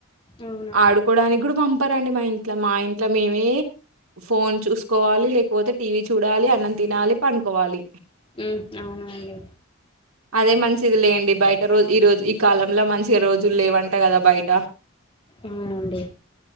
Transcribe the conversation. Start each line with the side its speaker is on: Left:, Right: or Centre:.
Left: అవునా
Right: ఆడుకోడానికి కూడా పంపారండి మా ఇంట్లో మా ఇంట్లో మేమే ఫోన్ చూసుకోవాలి లేకపోతే టీవీ చూడాలి అన్నం తినాలి పండుకోవాలి
Left: ఉ అవున అండి
Right: అదే మంచిది లెండి బయట రోజ ఈ రోజు ఈ కాలంలో మంచిగా రోజులు లేవంట కదా బయట
Left: అవునండి